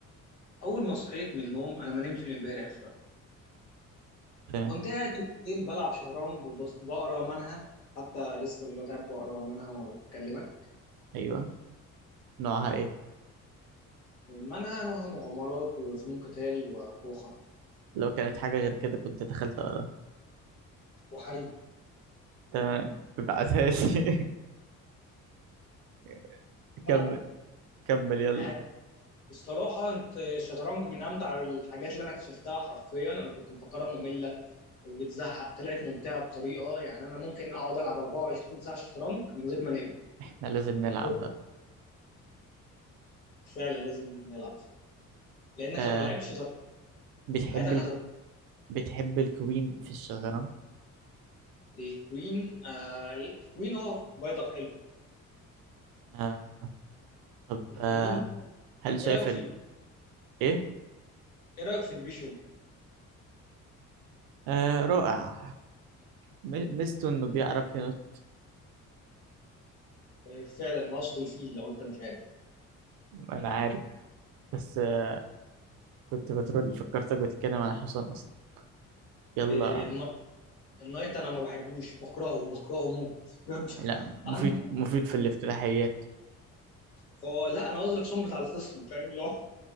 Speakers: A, on the left; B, on the right.
A: أول ما صحيت من النوم أنا ما نمتش من امبارح
B: تمام
A: فكنت قاعد طول الليل بلعب شطرنج وبقرا منها حتى لسه دلوقتي قاعد بقرا منها وأنا بكلمك
B: ايوه نوعها ايه
A: منها نوعها مغامرات وفنون قتال وقوة خارقة
B: لو كانت حاجه غير كده كنت دخلت اقراها
A: وحريم
B: تمام ابعتها لي <laughs>
A: بلعب
B: كمل
A: إيه؟
B: كمل يلا
A: آه، بصراحة أنت- الشطرنج من أمتع الحاجات اللي أنا اكتشفتها حرفيا أنا كنت مفكرها مملة وبتزهق طلعت ممتعة بطريقة يعني أنا ممكن أقعد ألعب 24 ساعة شطرنج من غير ما أنام
B: احنا لازم
A: حرفيا
B: نلعب بقى
A: فعلا لازم نلعب لانك
B: آه
A: لو ما لعبتش شطرنج
B: بتحب
A: حياتك
B: ال...
A: هتضيع
B: بتحب الكوين في الشطرنج
A: الكوين آه الكوين اه بيضك حلو
B: آه طب
A: الكوين
B: آه هل شايف
A: ايه رايك في
B: إن-
A: ال...
B: ايه
A: ايه رايك في البيشوب
B: آه رائع م- ميزته انه بيعرف ينط
A: آه فعلا انا اقصد الفيل لو انت مش عارف
B: انا عارف بس آه كنت بترول فكرتك بتتكلم عن حصان اصلا يلا
A: آه النا- النايت انا ما بحبوش بكرهه بكرهه موت بجد
B: لا مفيد
A: عندي
B: مفيد في الافتتاحيات
A: فهو لا انا قصدي الحصان بتاع الخصم فاهم اللي هو